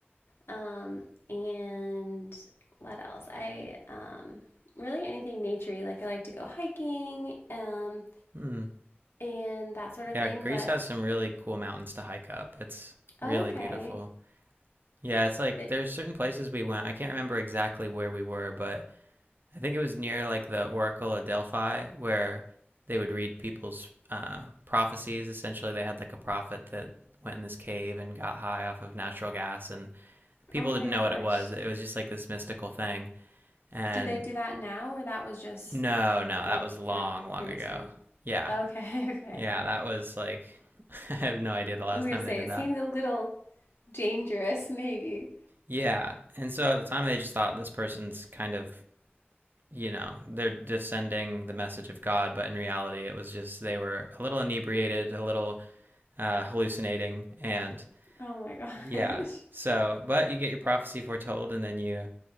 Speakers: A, on the left; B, on the right.
A: Um, and what else? I um, really anything naturey. Like I like to go hiking um,
B: Hmm.
A: and that sort of
B: Yeah,
A: thing.
B: Greece
A: But
B: has some really cool mountains to hike up. It's
A: oh,
B: really
A: okay,
B: beautiful. Yeah, it's like
A: it.
B: there's certain places we went. I can't remember exactly where we were, but I think it was near like the Oracle of Delphi where they would read people's uh, prophecies. Essentially, they had like a prophet that went in this cave and got high off of natural gas, and people
A: Oh my
B: didn't
A: gosh,
B: know what it was. It was just like this mystical thing. And
A: do they do that now or that was just
B: no, no,
A: like
B: that was long,
A: kind of
B: long
A: previous
B: ago.
A: time?
B: Yeah,
A: Okay, <laughs> okay.
B: Yeah, that was like, <laughs> I have no idea the last
A: I was
B: time
A: gonna say
B: they did
A: it
B: that.
A: seems a little dangerous, <laughs> maybe.
B: Yeah. And so at the time, they just thought this person's kind of, you know, they're descending the message of God. But in reality, it was just they were a little inebriated, a little uh, hallucinating. And
A: Oh my gosh.
B: yeah.
A: <laughs>
B: So, but you get your prophecy foretold, and then you,